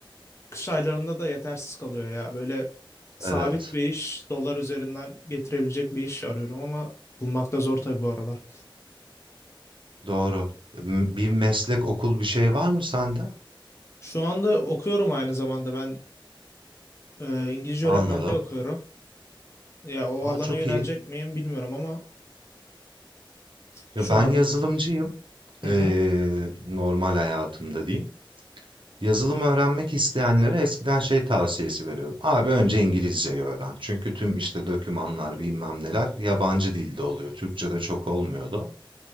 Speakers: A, on the left; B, on the right.
A: kış aylarında da yetersiz kalıyor ya. Böyle sabit
B: Evet,
A: bir iş, dolar üzerinden getirebilecek bir iş arıyorum ama bulmakta zor tabii bu aralar.
B: doğru. M- Bir meslek, okul bir şey var mı sende?
A: Şu anda okuyorum aynı zamanda ben Ee, İngilizce
B: Anladım.
A: öğretmenliği okuyorum. Ya o
B: Aa
A: alana
B: çok
A: yönelecek
B: iyi.
A: miyim bilmiyorum ama
B: Ya
A: şu
B: ben
A: anda
B: yazılımcıyım.
A: hı
B: Ee,
A: hı,
B: normal hayatımda diyeyim. Yazılım öğrenmek isteyenlere eskiden şey tavsiyesi veriyordum. Abi önce İngilizceyi öğren. Çünkü tüm işte dokümanlar bilmem neler yabancı dilde oluyor. Türkçe'de çok olmuyordu.